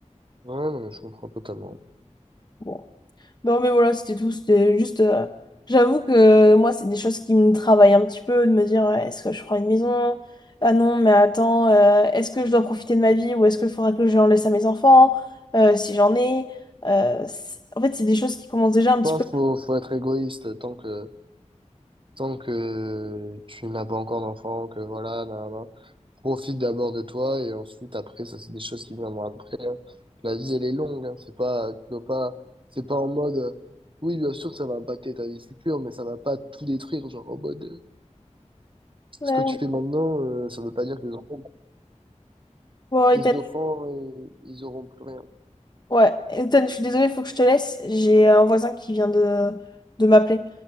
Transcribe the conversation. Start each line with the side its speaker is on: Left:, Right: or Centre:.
Right: Ouais, non, mais je comprends totalement.
Left: Bon. Non, mais voilà, c'était tout. C'était juste. euh, j'avoue que moi, c'est des choses qui me travaillent un petit peu, de me dire, ouais, est-ce que je prends une maison? Ah non, mais attends, euh, est-ce que je dois profiter de ma vie ou est-ce qu'il faudra que j'en laisse à mes enfants, euh, si j'en ai? Euh, c'est- en fait, c'est des choses qui commencent déjà un
Right: Je
Left: petit
Right: pense
Left: peu.
Right: qu'il faut, faut être égoïste tant que, Tant que tu n'as pas encore d'enfant, que voilà, nan, nan, nan. profite d'abord de toi et ensuite après, ça c'est des choses qui viendront après. hein. La vie elle est longue, hein. C'est pas, tu dois pas, c'est pas en mode, euh, oui bien sûr ça va impacter ta vie future, mais ça va pas tout détruire, genre en mode, euh,
Left: Ouais,
Right: ce que tu fais maintenant, euh, ça veut pas dire que tes enfants,
Left: bon, et
Right: tes
Left: t'as-
Right: enfants, euh, ils auront plus rien.
Left: Ouais, Ethan, je suis désolée, faut que je te laisse. J'ai un voisin qui vient de, de m'appeler.